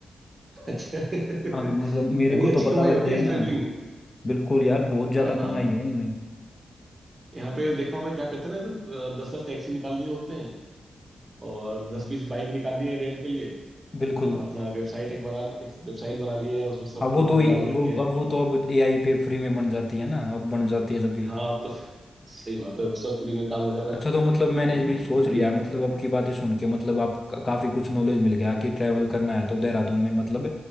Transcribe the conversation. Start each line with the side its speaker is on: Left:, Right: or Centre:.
Right: अच्छा <laughs>
Left: हाँ तो मतलब मेरे
Right: यानी
Left: को
Right: अच्छी
Left: तो
Right: कमाई
Left: पता
Right: होती
Left: लग जाए
Right: है
Left: ना
Right: ट्रेवलिंग
Left: बिल्कुल यार बहुत ज्यादा
Right: हाँ हाँ
Left: कमाई है इनमें
Right: यहाँ पे देखा हूँ मैं क्या करते हैं ना तो दस दस टैक्सी निकाल लिए होते हैं और दस बीस बाइक निकाल लिए हैं रेंट के लिए
Left: बिल्कुल
Right: और अपना वेबसाइट एक बना एक वेबसाइट बना लिए है उसमें सब
Left: अब वो
Right: फोटो
Left: तो
Right: वोटो डाल
Left: वो
Right: रखे हैं
Left: अब वो तो अब एआई पे फ्री में बन जाती है ना अब बन जाती है जब भी
Right: हाँ अब तो सही बात है अब सब फ्री में काम हो जा रहा है
Left: अच्छा तो मतलब
Right: तो
Left: मैंने भी
Right: बहुत
Left: सोच
Right: बढ़िया
Left: लिया है, मतलब अब की बातें सुन के मतलब आप का- काफी कुछ नॉलेज मिल गया कि ट्रैवल करना है तो देहरादून में मतलब